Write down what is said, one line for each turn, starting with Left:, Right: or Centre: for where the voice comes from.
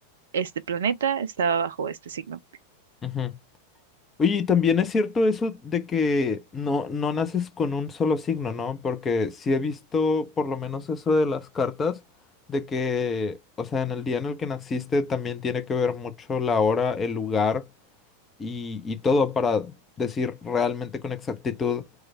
Right: este planeta estaba bajo este signo.
Left: ujú. Oye, y también es cierto eso de que no, no naces con un solo signo, ¿no? Porque sí he visto por lo menos eso de las cartas, de que, o sea, en el día en el que naciste también tiene que ver mucho la hora, el lugar y, y todo para decir realmente con exactitud